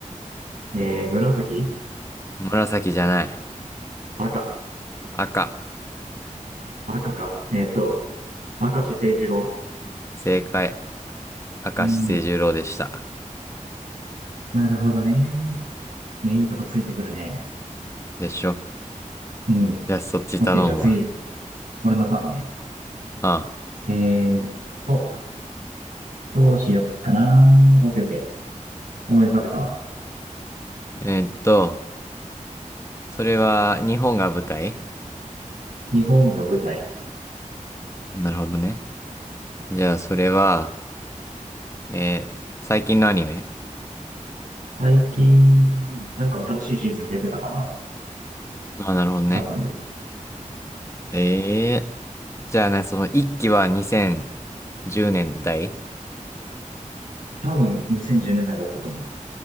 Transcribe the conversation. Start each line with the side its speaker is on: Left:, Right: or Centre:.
Right: えー、紫
Left: 紫じゃない。
Right: 赤
Left: 赤。
Right: 赤か。えーっと、明石誠二郎。
Left: 正解。明石清十郎でした。
Right: うん。なるほどね。いや、いいとこついてくるね。
Left: でしょ
Right: うん。
Left: じゃあそっち頼むわ。
Right: オッケー、じゃあ次、俺のターンね。
Left: あ
Right: えーっと、どうしよっかな。オッケーオッケー。思い浮かべたわ。
Left: あ、えーっと、それは日本が舞台
Right: 日本が舞台。
Left: なるほどね。じゃあそれは、えー最近のアニメ
Right: 最近、なんか新しいシーズン出てたかな
Left: あ、なるほどね。
Right: 多分。
Left: ええじゃあね、その一期は2010年代
Right: 多分2010年代だいだったと思う。